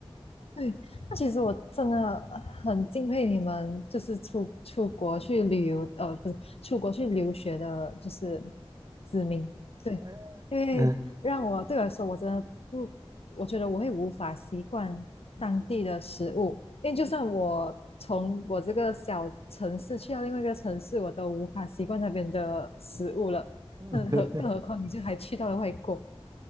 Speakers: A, on the left; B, on the right.
A: 对，那其实我真的很敬佩你们，就是出出国去旅游，呃，不是出国去留学的，就是子民。对，
B: <laughs>
A: 因为让我对我来说，
B: 嗯，
A: 我真的不，我觉得我会无法习惯当地的食物，因为就算我从我这个小城市去到另外一个城市，我都无法习惯那边的食物了。
B: <laughs>
A: 那何更何况你就还去到了外国。